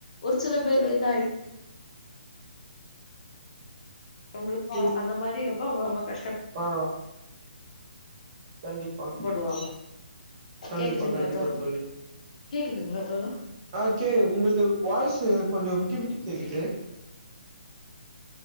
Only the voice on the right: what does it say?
புரியுது
ஆ கண்டிப்பா
கண்டிப்பா
கண்டிப்பா
தோழி
ஆ கேக் உங்கள்து வாய்ஸு கொஞ்சோ விட்டு விட்டு கேக்குது